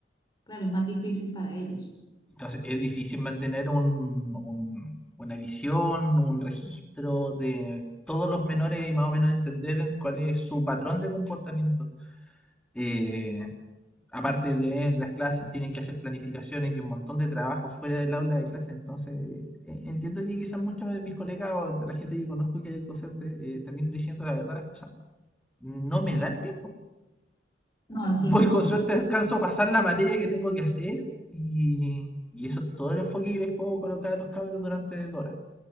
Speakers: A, on the left (about 25°); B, in the centre.
A: claro, es más difícil para ellos.
B: Entonces, es difícil mantener un, un- una visión, un registro de todos los menores y más o menos entender en cuál es su patrón de comportamiento. Eh, aparte de las clases, tienen que hacer planificaciones y un montón de trabajo fuera del aula de clases. Entonces, eh, eh, entiendo que quizás muchos de mis colegas o de la gente que conozco que es docente, eh, también diciendo la verdad las cosas, no me da el tiempo.
A: No da
B: Voy
A: tiempo,
B: con
A: sí.
B: suerte, alcanzo a pasar la materia que tengo que hacer y, y eso es todo el enfoque que les puedo colocar a los cabros durante dos horas.